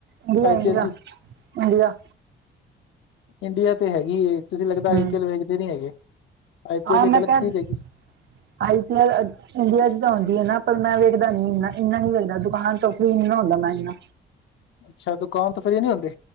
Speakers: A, on the right; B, on the left.
A: ਇੰਡੀਆ-ਇੰਡੀਆ,
B: ਆਈ ਪੀ ਐਲ ਦੀ
A: ਇੰਡੀਆ।
B: ਇੰਡੀਆ ਤੇ ਹੈਗੀ ਏ ਤੁਸੀਂ ਲੱਗਦਾ ਆਈ
A: ਹਮ
B: ਪੀ ਐਲ ਵੇਖਦੇ ਨੀ ਹੈਗੇ। ਆਈ ਪੀ
A: ਹਾਂ,
B: ਐਲ ਇੱਕ
A: ਮੈਂ
B: ਅਲੱਗ
A: <unintelligible>
B: ਚੀਜ਼ ਹੈਗੀ
A: ਆਈ ਪੀ ਐਲ। ਇੰਡੀਆ 'ਚ ਤਾਂ ਆਂਉਦੀ ਐ ਨਾ ਪਰ ਮੈਂ ਵੇਖਦਾ ਨੀ ਇਨਾ, ਇੰਨਾ ਨੀ ਵੇਖਦਾ ਦੁਕਾਨ ਤੋਂ ਫ੍ਰੀ ਨੀ ਨਾ ਹੁੰਦਾ ਮੈਂ ਜੀਵੇ।
B: ਅੱਛਾ ਦੁਕਾਨ ਤੋ ਫ੍ਰੀ ਨੀ ਹੋਂਦੇ,